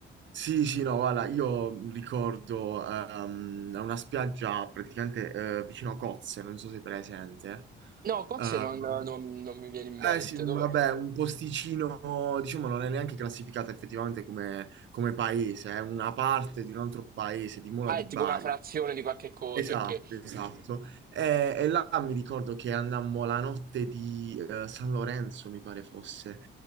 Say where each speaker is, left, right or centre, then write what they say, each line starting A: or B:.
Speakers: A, on the right; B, on the right.
A: Sì, sì, no, guarda, io ricordo ehm, una spiaggia praticamente eh, vicino a Cozze, non so se è presente.
B: No, cozze
A: Ehm,
B: non, non- non mi viene in
A: eh
B: mente.
A: sì, vabbè,
B: Dove...
A: un posticino, diciamo, non è neanche classificata effettivamente come, come paese, è una parte di un altro paese, di Mola
B: Ah,
A: di
B: è
A: Bari.
B: tipo una frazione di qualche cosa,
A: Esatto,
B: ok.
A: esatto. E, e là mi ricordo che andammo la notte di eh, San Lorenzo, mi pare fosse.